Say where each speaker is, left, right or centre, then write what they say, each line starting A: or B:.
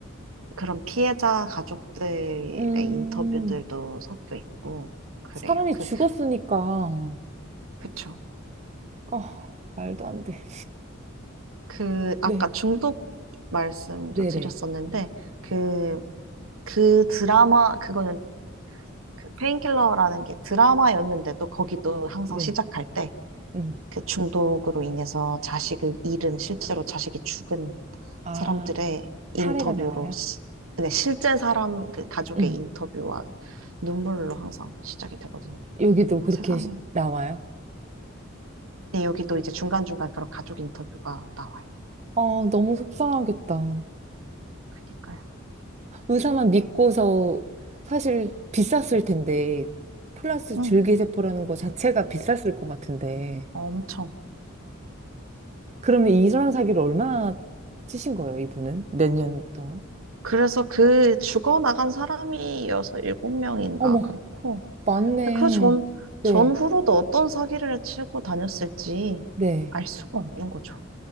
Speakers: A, on the right; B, on the right.
A: 그런 피해자 가족들의
B: 음.
A: 인터뷰들도 섞여 있고 그래요.
B: 사람이
A: 그
B: 죽었으니까.
A: 그쵸.
B: 아, 말도 안 돼.
A: 그 아까
B: 네,
A: 중독 말씀도
B: 네네.
A: 드렸었는데 그 그 드라마 그거는 그 페인킬러라는 게 드라마였는데도 거기도 항상
B: 네.
A: 시작할 때
B: 음.
A: 그 중독으로 인해서 자식을 잃은 실제로 자식이 죽은
B: 아,
A: 사람들의 인터뷰로
B: 사례가 나와요?
A: 시- 네, 실제 사람 그 가족의
B: 음.
A: 인터뷰와 눈물로 항상 시작이 되거든요.
B: 여기도
A: 그
B: 그렇게
A: 세상에
B: 시- 나와요?
A: 네, 여기도 이제 중간중간 그런 가족 인터뷰가 나와요.
B: 아, 너무 속상하겠다.
A: 그니까요.
B: 의사만 믿고서 사실 비쌌을 텐데, 플러스
A: 응,
B: 줄기세포라는 거 자체가 비쌌을 것 같은데.
A: 엄청.
B: 그러면 이런 사기를 얼마나 치신 거예요, 이분은? 몇 년 동안?
A: 그래서 그 죽어나간 사람이 여섯 일곱 명인가
B: 어머,
A: 그렇고
B: 맞네.
A: 근데 그 전,
B: 네,
A: 전후로도 어떤 사기를 치고 다녔을지
B: 네.
A: 알 수가 없는 거죠.